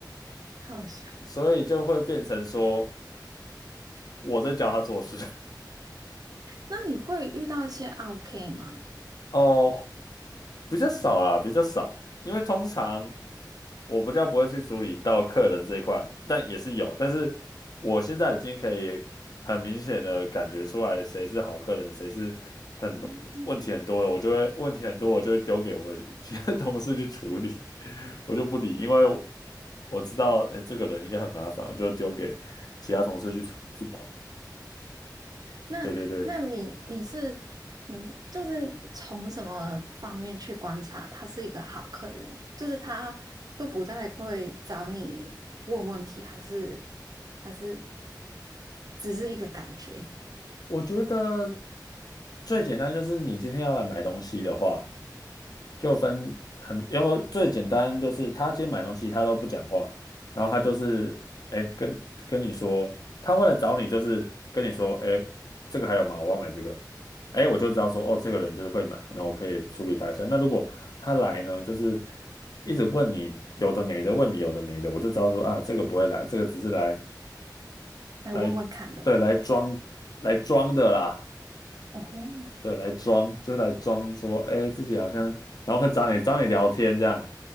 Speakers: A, on the right; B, on the left.
A: 好笑。
B: 所以就会变成说我在教他做事。
A: 那你会遇到一些 OK 吗？
B: 哦，比较少啦，比较少，因为通常我比较不会去处理到客人这一块，但也是有，但是我现在已经可以很明显的感觉出来谁是好客人，谁是很问题很多的，
A: 哦
B: 我就会问题很多，我就会丢给我其他同事去处理，<laughs> 我就不理，因为我我知道，哎，这个人应该很麻烦，我就丢给其他同事去去搞。
A: 那那你你是凭时就是从什么方面去观察他是一个好客人？
B: 对对对，
A: 就是他都不太会找你问问题，还是还是只是一个感觉
B: 我觉得最简单就是你今天要来买东西的话，就分很，然后最简单就是他今天买东西他都不讲话，然后他就是哎跟跟你说，他会来找你就是跟你说哎这个还有吗？我要买这个，哎我就知道说哦这个人就是会买，那我可以处理他一下。那如果他来呢，就是一直问你有的没的，问你有的没的，我就知道说啊这个不会来，这个只是来
A: 来问问看的？
B: 来对来装来装的啦。
A: 哦
B: 对，来装，就是来装说，哎，自己好像，然后会找你找你聊天这样，